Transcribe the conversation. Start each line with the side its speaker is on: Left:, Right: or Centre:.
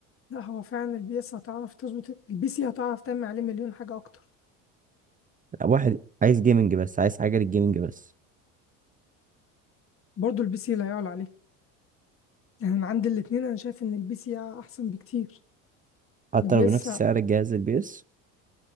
Left: لا هو فعلا البي إس هتعرف تظبط البي سي هتعرف تعمل عليه مليون حاجة أكتر
Right: واحد عايز جيمنج بس عايز حاجه للجيمنج بس
Left: برضه البي سي لا يعلى عليه يعني أنا عندي الاتنين أنا شايف إن البي سي أحسن بكتير
Right: حتى
Left: البي
Right: لو
Left: إس
Right: بنفس سعر الجهاز البي اس